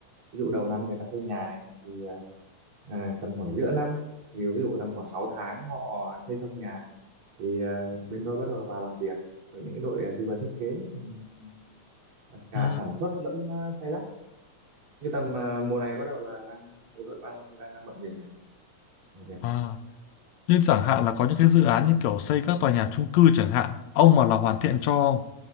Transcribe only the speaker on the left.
Ừ.
À. như chẳng hạn là có những cái dự án như kiểu xây các tòa nhà chung cư chẳng hạn, ông mà là hoàn thiện cho